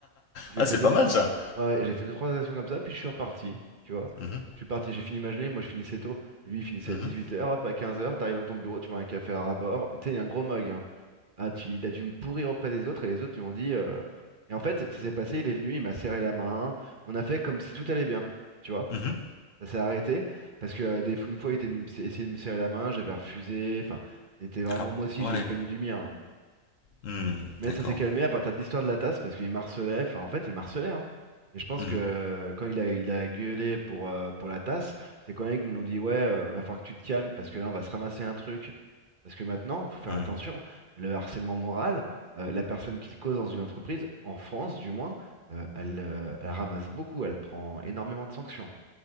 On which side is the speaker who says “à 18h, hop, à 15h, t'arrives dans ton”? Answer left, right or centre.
Right